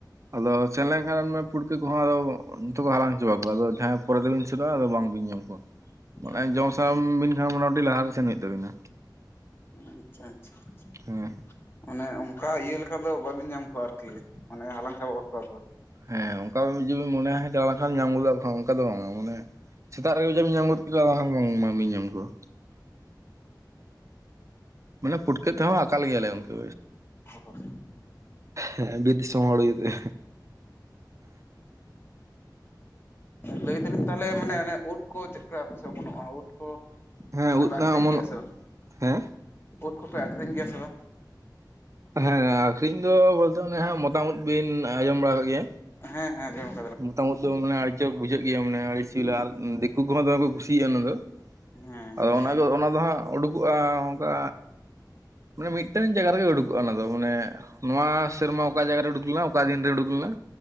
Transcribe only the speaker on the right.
ᱟᱫᱚ ᱥᱮᱱ ᱞᱮᱱᱠᱷᱟᱱ ᱯᱩᱲᱠᱟᱹ ᱠᱚᱦᱚᱸ ᱟᱫᱚ ᱡᱚᱛᱚ ᱠᱚ ᱦᱟᱞᱟᱝ ᱦᱚᱪᱚ ᱠᱚᱣᱟ ᱟᱫᱚ ᱡᱟᱦᱟᱸ ᱯᱚᱨᱮ ᱛᱮᱵᱤᱱ ᱥᱮᱱᱚᱜᱼᱟ ᱟᱫᱚ ᱵᱟᱝᱵᱤᱱ ᱧᱟᱢ ᱠᱚᱣᱟ ᱢᱟᱱᱮ
ᱡᱚᱢ ᱥᱟᱱᱟ ᱵᱤᱱ ᱠᱷᱟᱱ ᱢᱚᱴᱟᱢᱩᱴᱤ ᱞᱟᱦᱟᱨᱮ ᱥᱮᱱ ᱦᱩᱭᱩᱜ ᱛᱟᱵᱤᱱᱟ
ᱦᱮᱸ᱾
ᱦᱮᱸ ᱚᱱᱠᱟ ᱡᱫᱤ ᱢᱚᱱᱮᱭᱟ ᱦᱮ ᱪᱟᱣ ᱞᱮ ᱠᱷᱟᱱ ᱧᱟᱢ ᱜᱚᱫᱚᱜ ᱠᱷᱟᱱ ᱚᱱᱠᱟ ᱫᱚ ᱵᱟᱝᱼᱟ, ᱢᱟᱱᱮ ᱥᱮᱛᱟᱜ ᱨᱮᱜᱮ ᱡᱟ ᱧᱟᱢ ᱜᱚᱫ ᱠᱤᱫᱟ ᱚᱱᱟ ᱦᱚᱸ ᱵᱟᱝ ᱵᱤᱱ ᱧᱟᱢ ᱠᱚᱣᱟ᱾ ᱢᱟᱱᱮ ᱯᱩᱴᱠᱟᱹ ᱛᱮᱦᱚᱸ ᱟᱠᱟᱞ ᱜᱮᱭᱟᱞᱮ ᱩᱱᱠᱟᱹ,
ᱦᱮᱸ ᱵᱤᱨ ᱫᱤᱥᱚᱢ ᱦᱚᱲ ᱜᱮ
ᱦᱮᱸ
ᱩᱫ
ᱱᱟᱜ ᱚᱢᱚᱱᱚᱜ
ᱦᱮᱸ
ᱦᱮᱸ ᱟᱠᱷᱨᱤᱧ ᱫᱚ ᱵᱚᱞᱛᱮ ᱚᱱᱮ ᱦᱟᱸᱜ ᱢᱚᱴᱟ ᱳᱫᱽ ᱵᱤᱱ ᱟᱸᱡᱚᱢ ᱵᱟᱲᱟ ᱠᱟᱜ ᱜᱮᱭᱟ?
ᱢᱚᱴᱟ ᱩᱫᱽ ᱫᱚ ᱢᱟᱱᱮ ᱟᱹᱰᱤᱪᱟᱹ ᱵᱩᱡᱟᱹᱜ ᱜᱮᱭᱟ ᱢᱟᱱᱮ ᱟᱲᱤ ᱥᱤᱵᱤᱞᱟ ᱟᱨ ᱫᱤᱠᱩ ᱠᱚᱦᱚᱸ ᱫᱚᱢᱮ ᱠᱚ ᱠᱩᱥᱤᱭᱟᱜᱼᱟ᱾ ᱚᱱᱟ ᱫᱚ
ᱟᱫᱚ ᱚᱱᱟ ᱫᱚ ᱚᱱᱟ ᱫᱚ ᱦᱟᱸᱜ ᱩᱰᱩᱠᱚᱜᱼᱟ ᱚᱱᱠᱟ ᱢᱟᱱᱮ ᱢᱤᱫᱴᱟᱝ ᱡᱟᱭᱜᱟ ᱨᱮᱜᱮ ᱩᱰᱩᱠᱚᱜᱼᱟ ᱚᱱᱟ ᱫᱚ ᱢᱟᱱᱮ ᱱᱚᱣᱟ ᱥᱮᱨᱢᱟ ᱚᱠᱟ ᱡᱟᱭᱜᱟ ᱨᱮ ᱩᱰᱩᱠ ᱞᱮᱱᱟ ᱚᱠᱟ ᱫᱤᱱ ᱨᱮ ᱩᱰᱩᱠ ᱞᱮᱱᱟ,